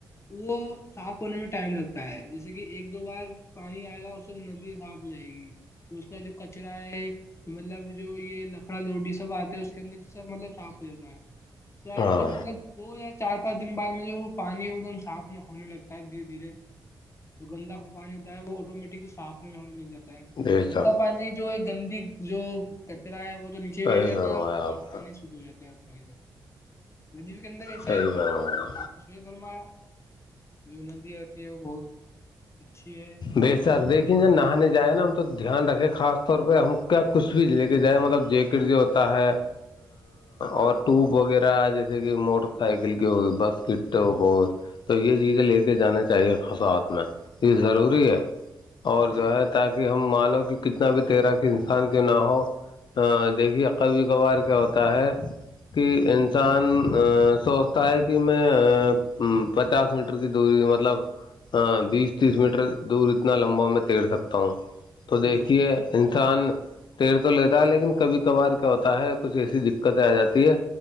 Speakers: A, on the left (about 30°); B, on the left (about 60°).
A: وہ صاف ہونے میں ٹائم لگتا ہے جیسے کہ ایک دو بار پانی آئے گا تو ندی صاف ہو جائے گی ا کا جو کچرا ہے کہ مطلب جو یہ لکڑا لوڈی سب آتے ہے اس کے اندر سب مطلب صاف ہو جتا ہے س
B: ہاں
A: میں جو مطلب دو یا چار پانچ دن بعد میں جو وہ پانی ایک دم صاف نہ ہونے لگتا ہے دھیرے دھیرے تو گندا کو پانی ہوتا ہے وہ آٹومیٹک سے صاف نہیں ہونے لگ جاتا ہے
B: بے
A: گندا
B: شک
A: پانی جو ہے گندی جو کچرا ہے وہ تو نیچے
B: صحیح
A: بیٹھ جاتا
B: فرمایا
A: ہے اور صاف
B: آپ
A: پانی
B: نے
A: جات ہیں ندی کے اندر ایسا
B: صحیح
A: ہی ہوتا
B: فرمایا
A: ہے آپ تو ہی فرمایا جو ندی آتی ہے وہ بہت اچھی ہے
B: بے شک دیکیں
A: جو
B: جب نہانے جائے نا تو دھیان رکھے خاص طور پہ ہم کیا کچھ بھی لے کے جائیں مطلب جیکٹ جو ہوتا ہے اور ٹوب وغیرہ جیسے کہ موٹر سائیکل کی ہوئی باسکٹ ٹوپ ہوئی تو یہ چیزیں لے کے جانا چاہیے خساات میں یہ ضروری ہے اور
A: جی
B: جو ہے تاکہ ہم مانو کہ کتنا بھی تیرا کہ انسان کیوں نہ ہو ہاں دیکھیے کبھی کبھار کیا ہوتا ہے کہ انسان سوچتا ہے کہ میں پچاس میٹر کی دوری مطلب بیس تیس میٹر دور اتنا لمبا میں تیر سکتا ہوں تو دیکھیے
A: جی
B: انسان تیر تو لیتا ہے لیکن کبھی کبھار کیا ہوتا ہے کچھ ایسی دقتیں آ جاتی ہے